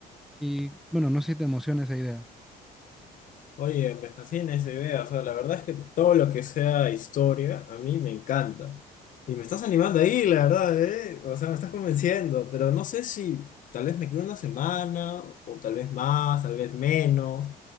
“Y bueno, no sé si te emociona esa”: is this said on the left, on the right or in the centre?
Centre